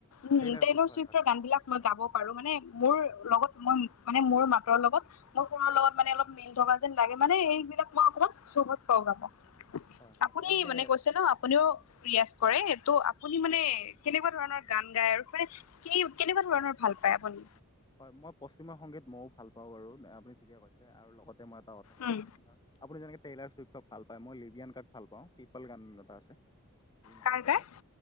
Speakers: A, on the left; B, on the left.
A: উম
B: টেইলাৰ
A: তেলৰ
B: চুইফ্ট হয়
A: চইতৰ
B: হয়
A: গান
B: অ
A: বিলাক মই
B: হয়
A: গাব পাৰো মানে মোৰ। লগত মই মানে মোৰ মাতৰ লগত মোৰ সুৰৰ লগত মানে অলপ মিল থকা যেন লাগে মানে এইবিলাক মই সহজ পাৱ গাব
B: হয় হয়
A: আপুনি
B: মই এনে
A: মানে কৈছে ন আপুনিও। ৰিয়াজ কৰে ত' আপুনি মানে কেনেকুৱা ধৰণৰ গান গায় আৰু মানে কি কেনেকুৱা ধৰণৰ ভাব ভাল পায় আপুনি।
B: হয় মই পশ্চিম সংগীত মইয়ও ভাল পাওঁ বাৰু আপুনি ঠিকে কৈছে আৰু লগতে মই এটা কথা
A: উম
B: আও শুনা আপুনি যেনেকে ট্ৰিলাৰ্ষ ভাল পায় মই লিবিয়ান গাক ভাল পাওঁ পিপল গান এটা আছে। যি নহওক
A: কাৰ
B: বাৰু
A: কাৰ